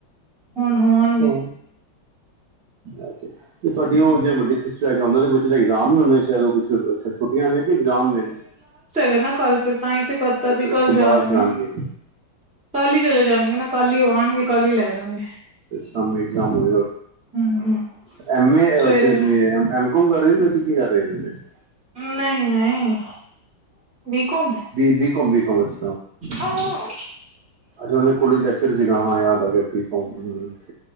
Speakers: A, in the centre; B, on the right.
A: ਹੁਣ ਹੁਣ
B: ਹੈਲੋ ਅੱ ਤੁਹਾਡੀ ਉਹ ਜਿਹੜੇ ਵੱਡੇ ਸਿਸਟਰ ਹੈਗੇ ਉਹਨਾਂ ਦੇ ਬੱਚੇ ਦਾ ਇਗਜ਼ਾਮ ਵੀ ਉਹਨੇ ਅੱਛ ਛੁੱਟੀਆਂ ਨੇ ਕਿ ਇਗਜ਼ਾਮ ਨੇ
A: ਗਾ ਨਾ ਕੱਲ ਫਿਰ ਤਾਂ ਹੀ ਤੇ ਕਤਾ
B: ਅੱਛਾ
A: ਤੇ
B: ਉਸ
A: ਕੱਲ
B: ਤੋਂ
A: ਜਾ
B: ਬਾਅਦ
A: ਰਹੇ
B: ਜਾਣਗੇ
A: ਨਾ ਕੱਲ ਹੀ ਚਲੇ ਜਾਣਗੇ ਨਾ ਕੱਲ ਹੀ ਉਹ ਆਉਣਗੇ ਕੱਲ੍ਹ ਹੀ ਲੈ ਜਾਣਗੇ।
B: ਸੈਮੀ ਐਗਜਾਮ ਹੋਇ
A: ਹਮ ਹਮ
B: ਮ
A: ਸਵੇਰੇ
B: ਅ ਕੇਢੇ ਮ ਕਰਦੇ ਕੀ ਕਰ ਰਦੇ <unintelligible>
A: ਨਈ ਨਈ ਬਕੋਮ ਹੈ
B: ਬ ਬਿਕੋਮ ਬਿਕੋਮ ਵਿਚ
A: ਆਹ
B: ਅੱਜ ਹੁਨਾ ਦੇ ਕੋਲੇਜ ਲੈਕਚਰ ਸੀਗਾ ਹਾਂ ਯਾਦ ਆ ਗਿਆ ਬਕੋਮ